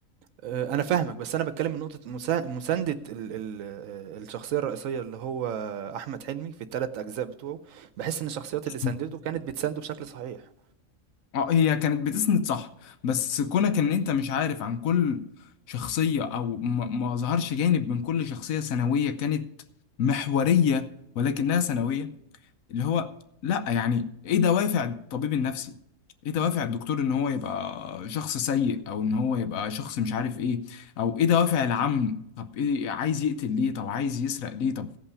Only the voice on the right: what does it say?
آآ أنا فاهمك، بس أنا باتكلّم من نقطة مسا مساندة ال ال آآ الشخصية الرئيسية اللي هو أحمد حلمي في ال3 أجزاء بتوعه، باحس إن الشخصيات اللي ساندته
كانت بتسانده بشكل صحيح،